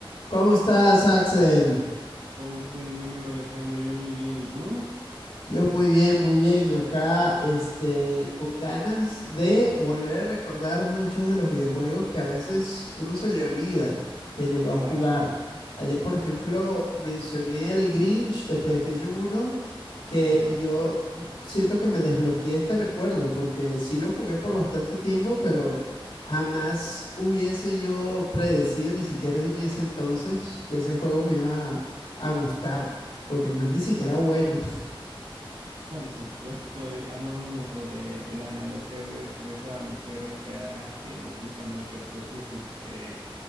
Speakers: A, on the left; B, on the right.
A: ¿Cómo estás, Axel?
B: ¿Cómo estás, mi amigo Alejandro? Yo muy bien, ¿y tú?
A: Yo muy bien, muy bien. Acá, este, con ganas de volver a recordar muchos de los videojuegos que a veces uno se le olvida que llegó a
B: Ajá,
A: jugar. Ayer, por ejemplo, mencioné el Grinch de PlayStation uno que
B: ajá,
A: yo mm, siento que me desbloqueé este recuerdo, porque sí lo jugué por bastante tiempo, pero jamás hubiese yo predecido, ni siquiera en ese entonces, que ese juego me iba a a gustar, porque no es ni siquiera bueno.
B: por supuesto, eh, hablábamos sobre la analogía de, de esa mujer fea que nos gusta mucho, entonces, este,